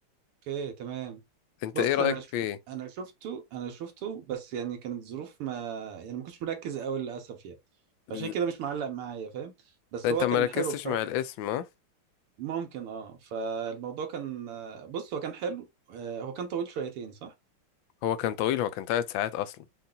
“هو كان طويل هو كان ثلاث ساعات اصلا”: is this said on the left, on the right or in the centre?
Left